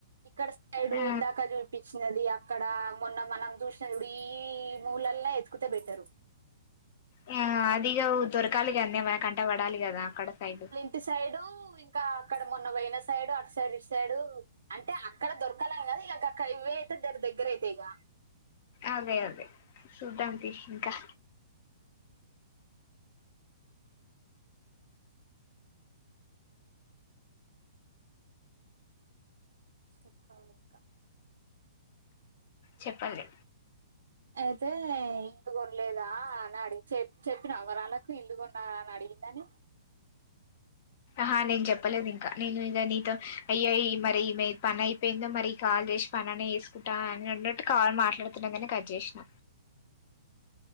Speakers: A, on the right; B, on the left.
A: ఇక్కడ సైడు
B: ఆ
A: ఇందాక చూపించినది అక్కడ మొన్న మనం చూసినాం చూడు ఈ ఈ ఈ మూలల్లోనే వెతుకు <unintelligible> పెడ్తారు
B: ఆ అదిగా దొరకాలిగద్నే మనకంట పడాలి కదా అక్కడ సైడ్
A: ఇటి సైడు ఇంకా అక్కడ మొన్న పోయిన సైడు అటు సైడ్ ఇటు సైడు అంటే అక్కడ దొరకాలని కదు ఇలా గక్క ఇవే అయితే దర దగ్గర అయితయై గా
B: అదే అదే చూద్దాం తీ ఇంకా
A: చెప్పాలి ఇంకా
B: చెప్పండి
A: అయితే ఇల్లు కొనలేదా అని అడిగి చె చెప్పిన వరాలకు ఇల్లు కొన్న అని అడిగిందని
B: హ నేను చెప్పలేదు ఇంకా నేను ఇక నీతో అయ్యాయి మరి ఈమె పని అయిపోయిందో మరి కాల్ చేసి పనిని వేసుకుంటా అని అన్నట్టు కాలు మాట్లాడుతున్నా కాగానే కట్ చేసిన